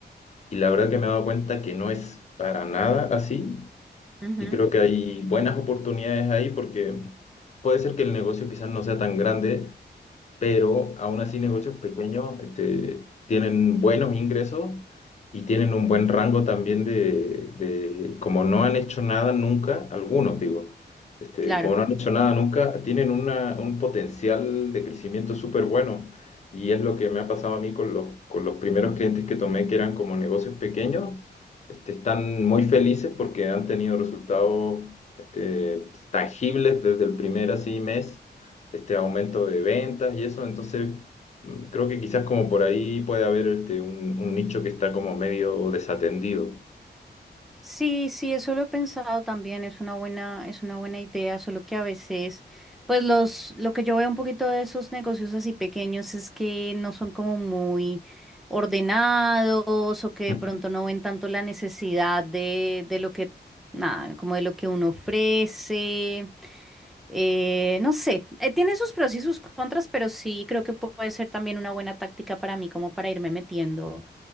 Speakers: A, on the left; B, in the centre.
A: y la verdad que me he dado cuenta que no es para nada así
B: ujú.
A: y creo que hay buenas oportunidades ahí porque puede ser que el negocio quizás no sea tan grande pero aún así negocios pequeños este, tienen buenos ingresos y tienen un buen rango también de, de- como no han hecho nada nunca, algunos digo, este,
B: Claro.
A: como no han hecho nada nunca, tienen una, un potencial de crecimiento súper bueno. Y es lo que me ha pasado a mí con los, con los primeros clientes que tomé, que eran como negocios pequeños, este, están muy felices porque han tenido resultados este, tangibles desde el primer así mes este aumento de ventas y eso. Entonces, mm, creo que quizás como por ahí puede haber este, un, un nicho que está como medio desatendido.
B: Sí, sí, eso lo he pensado también, es una buena, es una buena idea, solo que a veces, pues los, lo que yo veo un poquito de esos negocios así pequeños es que no son como muy ordenados o que de
A: Ujú.
B: pronto no ven tanto la necesidad de, de lo que, nada, como de lo que uno ofrece. Eh, no sé, eh, tiene sus pros y sus contras, pero sí creo que puede ser también una buena táctica para mí, como para irme metiendo.